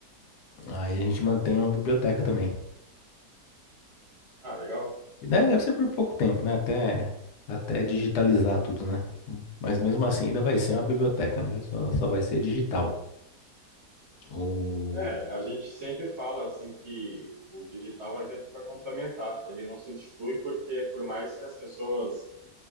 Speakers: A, on the left (about 75°); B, on the right (about 45°).
A: Aí a gente mantém uma biblioteca também.
B: Ah, legal.
A: E de- Deve ser por pouco tempo, né? Até, até digitalizar tudo, né? Mas mesmo assim ainda vai ser uma biblioteca, né? Só, só vai ser digital. O...
B: É, a gente sempre fala assim que o digital vai vir para complementar, ele não substitui porque por mais que as pessoas,